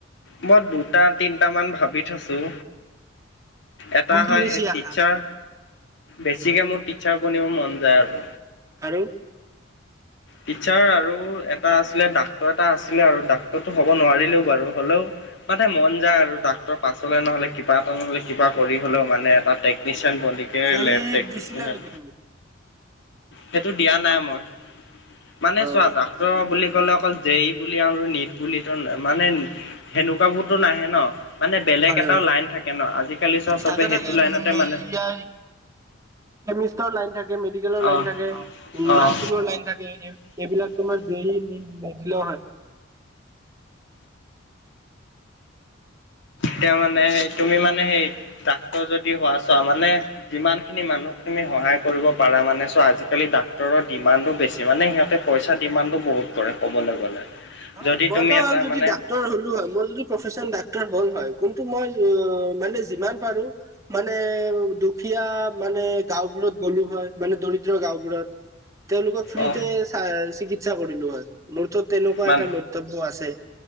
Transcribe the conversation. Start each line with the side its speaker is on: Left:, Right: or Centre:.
Left: মই দুটা তিনিটামান ভাবি থৈছোঁ। এটা
Right: কোনটো
Left: হয়
Right: বেছি
Left: সেই টিচাৰ,
Right: আশা
Left: বেছিকে মোৰ টিচাৰ বনিব মন যায় আৰু।
Right: আৰু
Left: টিচাৰ আৰু এটা আছিলে ডাক্তৰ এটা আছিলে আৰু ডাক্তৰটো হ'ব নোৱাৰিলেও বাৰু। হ'লেও মানে মন যায় আৰু ডাক্তৰ পাছলৈ নহ'লে কিবা এটা নহলে কিবা কৰি হ'লেও মানে এটা টেকনিচিয়ান বন- গতিকে
Right: জে
Left: লেপটেকনিচিয়ান
Right: ই দিছিলা নেকি তুমি?
Left: সেইটো দিয়া নাই মই। মানে
Right: অ',
Left: চোৱা ডাক্তৰ বুলি ক'লে অকল জে ই বুলি আৰু নীট বুলি এ মানে সেনেকুৱা বোৰতো নাহে ন। মানে বেলেগ
Right: হয়
Left: এটাও
Right: হয়।
Left: লাইন থাকে ন। আজিকালি চোৱা চবে
Right: থাকে
Left: সেইটো
Right: থাকে ইয়াৰ
Left: লাইনতে মানে
Right: কেমিষ্টৰ লাইন থাকে, মেডিকেলৰ লাইন
Left: অ
Right: থাকে, নাৰ্ছিঙৰ
Left: অ
Right: লাইন থাকে, এম- এইবিলাক তোমাৰ দেৰি নি নিদিলেও হয়।
Left: তেওঁ মানে সেই তুমি মানে সেই ডাক্তৰ যদি হোৱা চোৱা মানে যিমানখিনি মানুহক তুমি সহায় কৰিব পাৰা মানে চোৱা আজিকালি ডাক্তৰৰ ডিমাণ্ডো বেছি মানে সিহঁতে পইচা ডিমাণ্ডটো বহুত কৰে ক'বলে গ'লে।
Right: হয়
Left: যদি
Right: মইতো
Left: তুমি এটা
Right: যদি
Left: মানে
Right: ডাক্তৰ হলো হয়, মই যদি প্ৰফেচন ডাক্তৰ হ'ল হয়। কিন্তু মই মানে যিমান পাৰো মানে দুখীয়া মানে গাওঁবোৰত গ'লো হয় মানে দৰিদ্ৰ গাওঁবোৰত। তেওঁলোকক ফ্ৰীতে
Left: অ
Right: চাই চিকিৎসা কৰিলো হয়। মোৰতো তেনেকুৱা
Left: মান
Right: এটা মন্তব্য আছে।